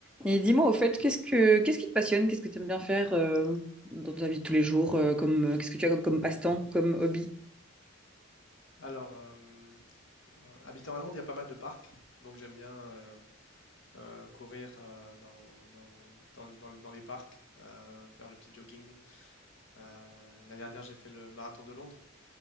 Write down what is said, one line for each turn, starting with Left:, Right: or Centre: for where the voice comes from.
Centre: Et dis-moi, au fait, qu'est-ce que qu'est-ce qui te passionne? Qu'est-ce que tu aimes bien faire euh, dans ta vie de tous les jours euh, comme euh, qu'est-ce que tu as comme, comme passe-temps, comme hobby?
Left: Alors, euh, habitant à Londres, il y a pas mal de parcs, donc j'aime bien euh, euh, courir euh, dans, dans, dans, dans le- dans les parcs, euh, faire le petit jogging. Euh, la dernière, j'ai fait le marathon de Londres.